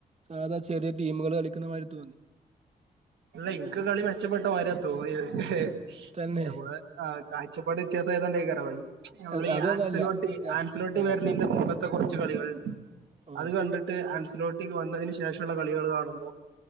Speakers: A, on the right; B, on the right.
A: സാധാ ചെറിയ ടീമുകള് കളിക്കുന്നമാരി തോന്നി.
B: അല്ല ഇൻക്ക് കളി മെച്ചപ്പെട്ട മാരിയാ തോന്നിയത് എഹ്
A: തന്നെ
B: ഞമ്മളെ ആഹ് കാഴചപ്പാട് വ്യത്യാസം ആയതോണ്ടെയ്ക്കാരം അഹ് ഈ നമ്മളെ
A: അ-
B: ഈ
A: അതൊന്നല്ല
B: ആൻസിലോട്ട്
A: ഞാ
B: ആൻസിലോട്ട്
A: ആ,
B: വെര്ണീന്റെ മുമ്പെ ത്തെ കൊർച്ച് കളികള്ണ്ട്
A: ഓ
B: അത് കണ്ടിട്ട് ആംസിലോ ട്ടിക്ക് വന്നതിന് ശേഷള്ള കളികള് കാണുമ്പോ